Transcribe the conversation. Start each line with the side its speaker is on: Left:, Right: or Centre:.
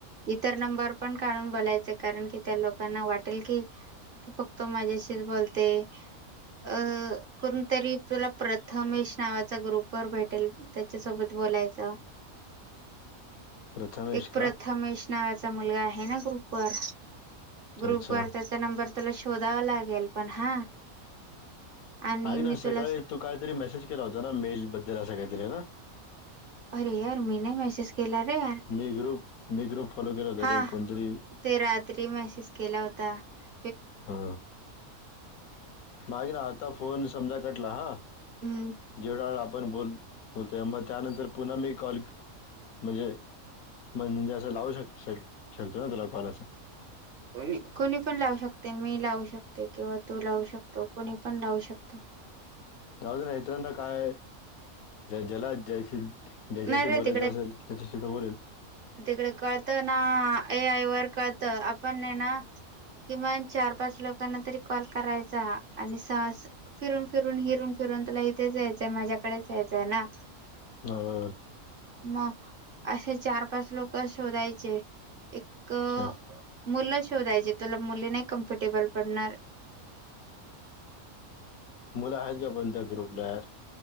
Right: इतर नंबर पण काढून बोलायच, कारण कि त्या लोकांना वाटेल की- तू फक्त माझ्याशीच बोलतोय - अ कोण तरी तुला प्रथमेश नावाचा ग्रुपवर भेटेल त्याच्या सोबत बोल - बोलायच.
Left: प्रथमेश
Right: एक
Left: का
Right: प्रथमेश नावाचा मुलगा आहे ना ग्रुपवर? ग्रुप
Left: अच्छा
Right: वर त्याचा नंबर तुला शोधावा लागेल पण हा? आणि
Left: आहे ना
Right: मी
Left: सकाळी
Right: तुला
Left: तू काहीतरी मेसेज केला होता ना? मेल बद्दल अस काहीतरी ना?
Right: अरे यार मी नाही मेसेज- केला रे <unintelligible>
Left: मी ग्रुप मी ग्रुप फॉलो केला होता
Right: हा
Left: रे कोणतरी
Right: ते रात्री मसेज केला होता. ता.
Left: हा. मागे ना आता फोन समजा कटला हा-
Right: हम्म
Left: जेवढा वेळ आ - पण बोल बोलतोय. मग त्यानंतर पुन्हा मी कॉल म्हणजे- म्हणजे असं लावू शक शकतो ना? तुला कॉल अस.
Right: कोणी. कोणी पण लावू शकते मी लावू शकते किंवा तू लावू शकतो. कोणी पण लावू शकतो.
Left: त्यावज इत्रांना काय जला जयशील. ज्याच्याशी
Right: नाही रे
Left: बोलायच
Right: तिकडे
Left: असेल त्याच्याशी तर बोल-
Right: तिकडे कळत ना, ए आय वर कळत आपणए ना- किमान चार पाच लोकांना तरी कॉल करायचा आणि स फिरून फिरून, हिरून फिरून- तुला इथेच यायचंय. माझ्याकडेच यायचंय ना?
Left: हो.
Right: मग? असे चार पाच लोक शोधायचे. एक-
Left: अच्छा
Right: मुलं शोधायची. तुला मुली नाही कम्फर्टेबल पडणार.
Left: मुलं आहेत का पण त्या ग्रुपला?